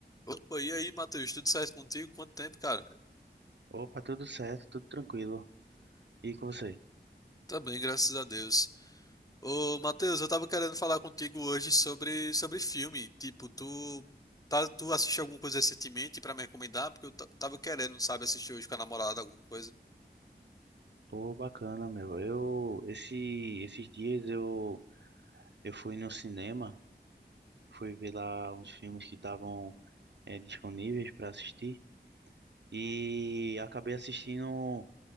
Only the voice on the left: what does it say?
Opa, e aí, Matheus? Tudo certo contigo? Quanto tempo, cara?
Tá bem, graças a Deus. Ô, Matheus, eu tava querendo falar contigo hoje sobre, sobre filme. Tipo, tu, tá, tu assistiu alguma coisa recentemente pra me recomendar? Porque eu ta- tava querendo, sabe, assistir hoje com a namorada alguma coisa.